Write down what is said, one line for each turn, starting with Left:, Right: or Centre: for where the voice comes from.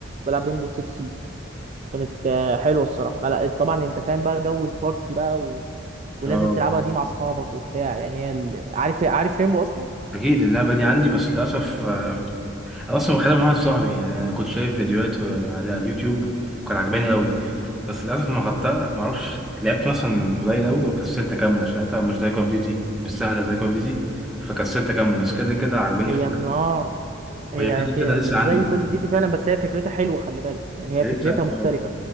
Right: بلعب ريمبو 6 كانت آه، حلوه الصراحه بقى لا، طبعا انت فاهم بقى جو البارتي بقى و... ولازم
Centre: اه
Right: تلعبها دي مع اصحابك وبتاع يعني هي ال... عارف عارف ريمبو اصلا
Centre: اكيد اللعبه دي عندي بس للاسف آه، انا اصلا واخدها مع واحد صاحبي يعني انا كنت شايف فيديوهات آه، على اليوتيوب كان عجباني قوي بس للاسف ما خدتها ما اعرفش لعبت مثلا قليل قوي وكسلت اكمل عشان لقيتها مش زي كول اوف ديوتي مش سهله زي كول اوف ديوتي فكسلت اكمل بس كده كده عجباني
Right: هي
Centre: الفكره
Right: م- اه هي
Centre: وهي كده
Right: ك-
Centre: كده
Right: مش
Centre: لسه عندي
Right: زي
Centre: يعني
Right: كول اوف ديوتي فعلا بس هي فكرتها حلوه خلي بالك يعني هي
Centre: هي
Right: فكرتها
Centre: لسه
Right: مختلفه
Centre: اه